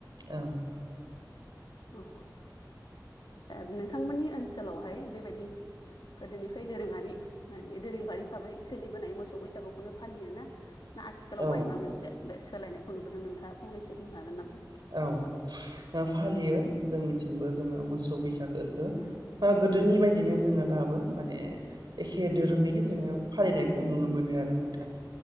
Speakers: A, on the right; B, on the left.
A: औ।
B: औ। ओ नोंथांमोननि ओनसोलावहाय बेबायदि गोदोनिफ्राय दोरोङारि माने दोरोंबारि भाबै सोलिबोनाय मोसौ बैसागुखौनो फालियोना? ना आथिखालाव
A: औ
B: मायबा मोनसे बे सोलायनायखौ नुबोदों नोंथाङा फंनैसो बुंनो हागोन नामा?
A: औ फालियो जोंनिथिंबो जोङो मोसौ बैसागोखो ओ गोदोनि बायदिनो जोङो दाबो माने एखे दोरोङैनो जोङो फालिनायखौ नुनो मोनो आरो नोंथां।